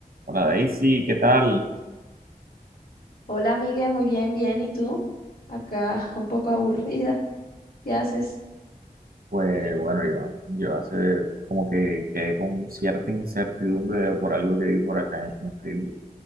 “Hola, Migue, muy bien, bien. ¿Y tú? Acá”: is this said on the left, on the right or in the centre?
Left